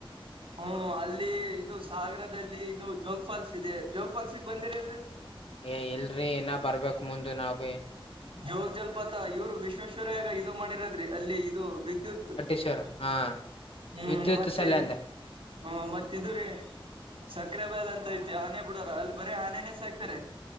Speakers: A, on the right (about 75°); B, on the left (about 80°).
A: ಹ್ಮ ಅಲ್ಲಿ ಇದು ಸಾಗರದಲ್ಲಿ ಇದು ಜೋಗ್ ಫಾಲ್ಸ್ ಇದೆ ಜೋಗ್ ಫಾಲ್ಸ್ಗೆ ಬಂದಿರಿ ಅಲ್ರಿ
B: ಏ ಎಲ್ರಿ ಏನ ಬರ್ಬೇಕ್ ಮುಂದ ನಾವೀ
A: ಜೋಗ ಜಲಪಾತ ಇವ್ರು ವಿಶ್ವೇಶ್ವರ್ಯಾಗ ಇದು ಮಾಡಿರದ್ರಿ ಅಲ್ಲಿ ಇದು ವಿದ್ಯುತ್
B: ವರ ಹಾ
A: ಹ್ಮ್
B: ವಿದ್ಯುತ್
A: ಮತ್ತೆ
B: ಸಲ್ಯ ಅಂದ
A: ಹ್ಮ ಮತ್ತ ಇದು ರೀ ಸಕ್ಕರೆ ಬಯಲ್ ಅಂತ ಐತಿ ಆನೆ ಬಿಡೋರ ಅಲ್ಲಿ ಬರೆ ಆನೆನೆ ಸಾಕ್ತಾರೆ.